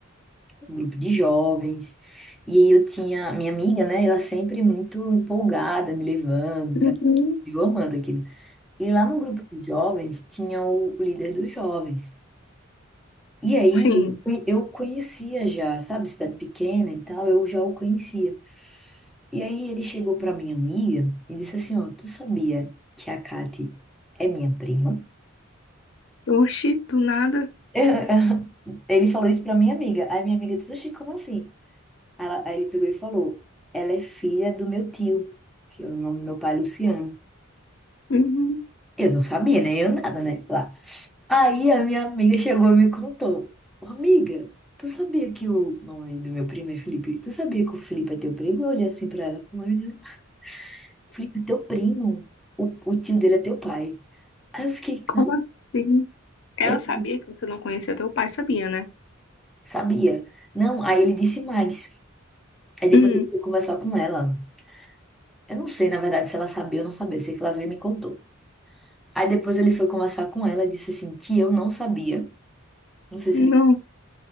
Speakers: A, in the centre; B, on the left.
A: um grupo de jovens. E aí eu tinha. Minha amiga, né? Ela sempre muito empolgada, me levando pra.
B: Uhum.
A: Eu amando aqui E lá no grupo dos jovens tinha o líder dos jovens. E aí
B: Sim.
A: eu conhe- eu conhecia já, sabe, cidade pequena e tal, eu já o conhecia. E aí ele chegou pra minha amiga e disse assim, ó, tu sabia que a Kati é minha prima?
B: Oxi, do nada.
A: <laughs> Ele falou isso pra minha amiga. Aí minha amiga disse, oxi, como assim? Ela- aí ele pegou e falou, ela é filha do meu tio, que é o nome do meu pai é Luciano.
B: Uhum.
A: Eu não sabia, né? Eu nada, né? Aí a minha amiga chegou e me contou. "Ô, Amiga, tu sabia que o nome do meu primo é Felipe? Tu sabia que o Felipe é teu primo? Eu olhei assim pra ela com uma menina. <laughs> Felipe, é teu primo. O, o tio dele é teu pai. Aí eu fiquei,
B: Como
A: hã?
B: assim? Ela
A: Aí eu
B: sabia que você não conhecia teu pai, sabia, né?
A: sabia. Não, aí ele disse mais. Aí depois
B: Hum,
A: ele foi conversar com ela. Eu não sei, na verdade, se ela sabia ou não sabia. Eu sei que ela veio e me contou. Aí depois ele foi conversar com ela e disse assim, que eu não sabia. Não sei
B: não.
A: se